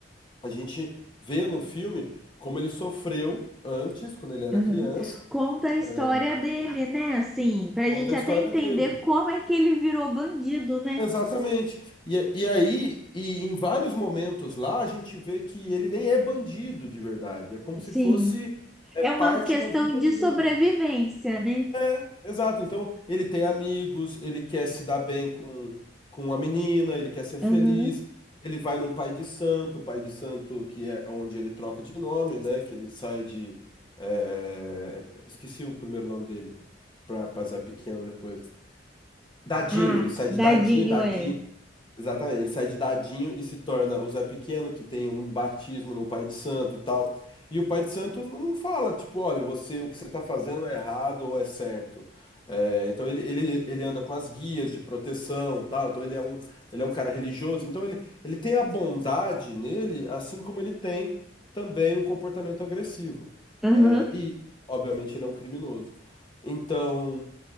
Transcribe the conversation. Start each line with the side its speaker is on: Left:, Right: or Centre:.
Left: a gente vê no filme como ele sofreu antes, quando ele era
Centre: aham.
Left: criança,
Centre: Conta a história
Left: é,
Centre: dele, né? Assim, pra
Left: conta
Centre: gente
Left: a
Centre: até
Left: história
Centre: entender
Left: dele.
Centre: como é que ele virou bandido, né?
Left: Exatamente. E, e aí, e em vários momentos lá, a gente vê que ele nem é bandido de verdade. É como
Centre: Sim.
Left: se fosse é
Centre: É
Left: parte
Centre: uma questão
Left: da vida
Centre: de
Left: dele.
Centre: sobrevivência, né?
Left: É, exato. Então, ele tem amigos, ele quer se dar bem com, com a menina, ele quer ser feliz.
Centre: Aham.
Left: Ele vai num pai de santo, pai de santo que é onde ele troca de nome, né? Que ele sai de. é, Esqueci o primeiro nome dele, para Zé Pequeno depois. Dadinho,
Centre: Ah,
Left: ele sai
Centre: dadinho
Left: de Dadinho, Dadinho.
Centre: é.
Left: Exatamente, ele sai de Dadinho e se torna o Zé Pequeno, que tem um batismo no Pai de Santo e tal. E o Pai de Santo não fala, tipo, olha, você, o que você tá fazendo é errado ou é certo. É, então ele, ele, ele anda com as guias de proteção, tal. Então ele é um, ele é um cara religioso. Então ele, ele tem a bondade nele, assim como ele tem também um comportamento agressivo.
Centre: Aham.
Left: É, e, obviamente, ele é um criminoso. Então.